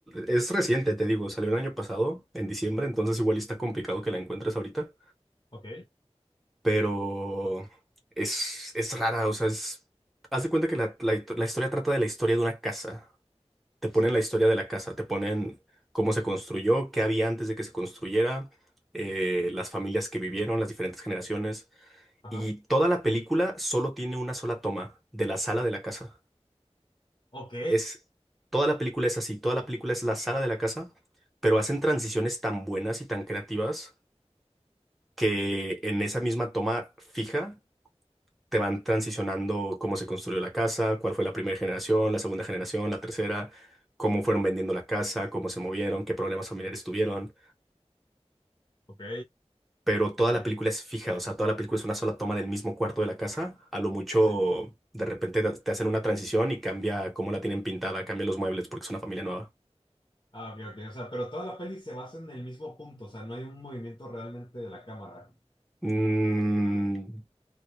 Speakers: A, in the centre; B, on the left.
A: Es reciente, te digo, salió el año pasado, en diciembre, entonces igual está complicado que la encuentres ahorita,
B: ok,
A: pero es, es rara, o sea, es... Haz de cuenta que la, la la historia trata de la historia de una casa. Te ponen
B: sí,
A: la historia de la casa, te ponen cómo se construyó, qué había antes de que se construyera, eh, las familias que vivieron, las diferentes generaciones,
B: ajá,
A: y toda la película solo tiene una sola toma de la sala de la casa.
B: ok,
A: es, toda la película es así, toda la película es la sala de la casa, pero hacen transiciones tan buenas y tan creativas que en esa misma toma fija te van transicionando cómo se construyó la casa, cuál fue la primera generación, la segunda generación, la tercera, cómo fueron vendiendo la casa, cómo se movieron, qué problemas familiares tuvieron.
B: ok,
A: Pero
B: ok,
A: toda la película es fija, o sea, toda la película es una sola toma del mismo cuarto de la casa. A lo mucho,
B: sí.
A: de repente te te hacen una transición y cambia cómo la tienen pintada, cambia los muebles porque es una familia nueva.
B: Ah, ok, ok, o sea, pero toda la peli se basa en el mismo punto, o sea, no hay un movimiento realmente de la cámara.
A: Mm,